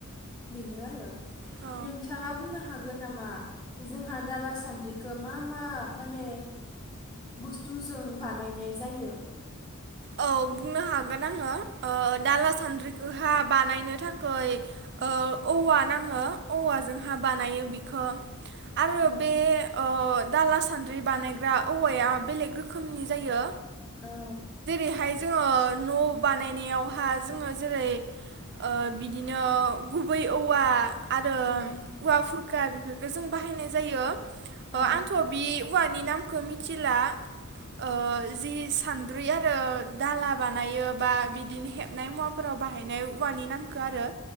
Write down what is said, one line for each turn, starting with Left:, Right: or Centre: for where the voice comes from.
Centre: बेनो आरो
Right: औ
Centre: नोंथाङा बुंनो हागोन नामा जोंहा दाला सान्द्रिखौ मा मा माने बुस्थुजों बानायनाय जायो
Right: औ बुंनो हागोन आङो ओ दाला सान्द्रिखौहा बानायनो थाखै ओ औवा नाङो औवाजोंहा बानायो बिखो आरो
Centre: औ
Right: बे अ दाला सान्द्रि बानायग्रा औवाया बेलेग रोखोमनि जायो।
Centre: औ
Right: बेहाय जोङो न बानायनायावहा जोङो जेरै ओ बिदिनो गुबै औवा आरो
Centre: उम
Right: औवाफो <unintelligible> बेफोरखो जों बाहायनाय जायो।
Centre: औ
Right: ओ आंथ' बि उवानि नामखौ मिथिला ओ जि सान रि आरो दाला बानायो बा बिदिनो हेबनाय मुवाफोराव बाहायनाय औवानि नामखौ आरो